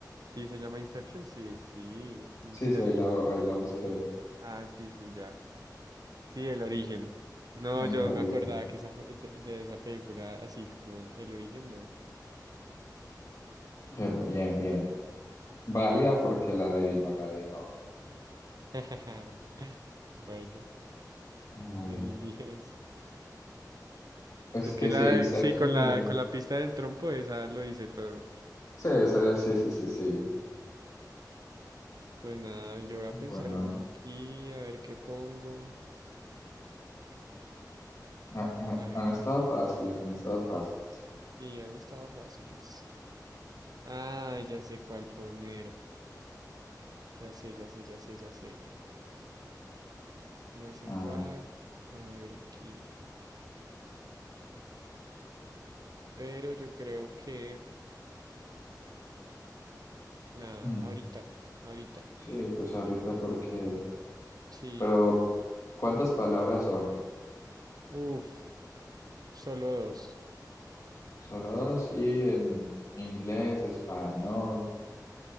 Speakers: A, on the right (about 60°); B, on the left (about 50°).
A: Sí, se llama Inception, sí, sí, Inception.
B: Sí, sí, ahí la, ahí la busqué.
A: Ah, sí, sí, ya. Sí, el origen. No,
B: El
A: yo
B: origen.
A: no me acordaba que esa, pe- de, de esa película, así como el origen, no.
B: Pero bien, bien. Válida porque la adivinó, la adivinó.
A: <laughs> Bueno,
B: A ver.
A: en inglés.
B: Es
A: Es
B: que
A: que la,
B: sí, Inception
A: sí, con la,
B: y...
A: con la pista del trompo, esa lo dice todo.
B: Sí, sí, sí, sí, sí. sí.
A: Pues nada, yo voy a
B: Bueno,
A: pensar una
B: a ver.
A: aquí, a ver qué pongo.
B: Ah, ah,
A: A ver,
B: Han estado
A: qué.
B: fáciles, han estado fáciles.
A: Sí, han estado fáciles. Ah, ya sé cuál poner. Ya sé, ya sé, ya sé, ya sé. Ya sé
B: A
A: cuál.
B: ver.
A: A ver aquí. Pero yo creo que, nada,
B: Mm.
A: ahorita, ahorita.
B: Sí, pues ahorita porque
A: Sí,
B: Pero, ¿cuántas palabras son?
A: uff, solo dos.
B: Solo dos y en inglés, español,